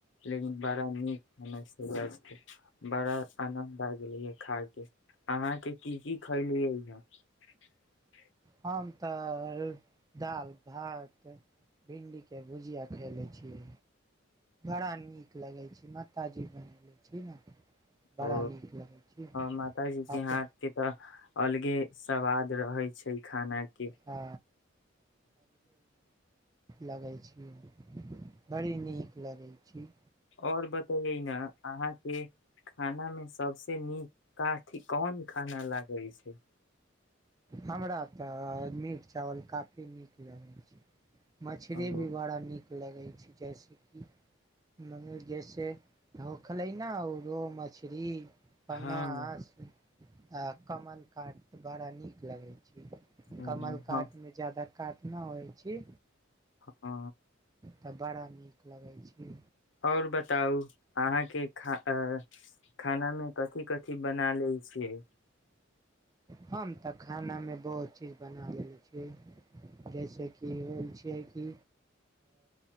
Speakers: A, on the left; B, on the right.
A: लेकिन बड़ा नीक मस्त बड़ा आनद आ गेले य खा के अहाँ के की की खैलियैहे <inaudible>
B: हम तऽ दालि भात भिणडी के के भुजिया खय ले छियै बड़ा नीक लगैत छै माताजी बनले छी ने बड़ा
A: ओ
B: नीक लगे छै
A: मातााजी की
B: अप
A: हाथ के तऽ अलगे स्वाद रहै छै खाना के
B: हँ लगै छियै बड़ी नीक लगै छी
A: आओर बतैयै ने अहाँके खानामे सभसँ नीक काथी कोन खाना लागै छै
B: हमरा तऽ मीट चावल काफी नीक लगैत छै मछरी
A: ओ
B: भी बड़ा नीक लगै छै जैसेकि म जैसे ढोखलै ने आो रोह मछरी
A: हँ
B: पंगारस आ कमलकाट तऽ बड़ा नीक लागै
A: हँ
B: कमलकाट
A: हँ
B: मे जादा काटना होइ छी
A: ओ
B: तऽ बड़ा नीक लगैत छै
A: आओर बताउ अहाँके खा खानामे कथि कथि बना ले छियै
B: हम तऽ खानामे बहुत चीज बना लने छियै जैसेि होइ छियै कि